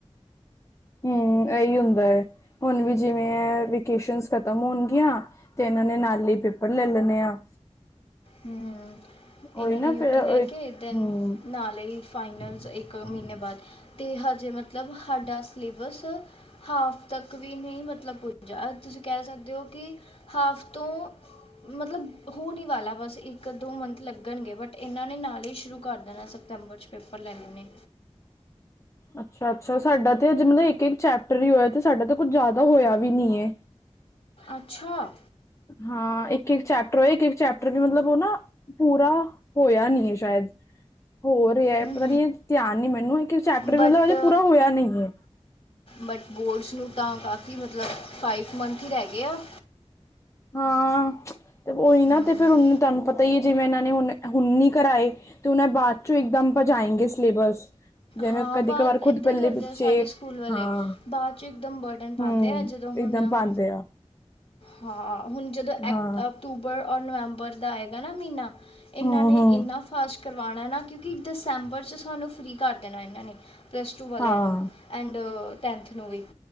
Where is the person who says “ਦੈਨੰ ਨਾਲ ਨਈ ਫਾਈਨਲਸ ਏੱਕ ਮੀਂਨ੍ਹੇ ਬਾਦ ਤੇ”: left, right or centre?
Left